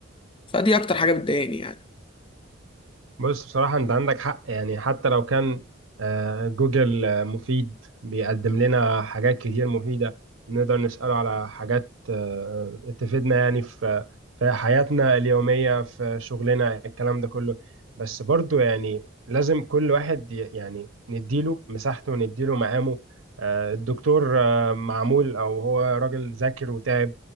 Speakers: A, on the left (about 25°); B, on the right (about 85°).
A: فدي اكتر حاجة بتضايقني يعني
B: بص بصراحة أنت عندك حق يعني حتى لو كان آه، جوجل آه، مفيد بيقدم لنا حاجات كتير مفيدة نقدر نسأله على حاجات آه، تفيدنا يعني في في حياتنا اليومية في شغلنا الكلام ده كله بس برضو يعني لازم كل واحد ي- يعني نديله مساحته ونديله مقامه آه، الدكتور آه، معمول أو هو راجل ذاكر وتعب